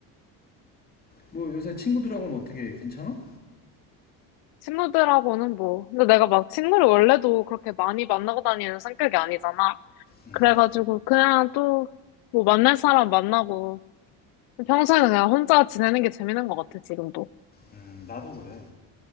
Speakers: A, on the left; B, on the left.
A: 뭐 요새 친구들하고는 어떻게 괜찮아?
B: 친구들하고는 뭐. 근데 내가 막 친구를 원래도 그렇게 많이 만나고 다니는 성격이 아니잖아.
A: 음,
B: 그래가지고 그냥 또 뭐 만날 사람 만나고 평소에는 그냥 혼자 지내는 게 재밌는 것 같아, 지금도.
A: 음, 나도 그래.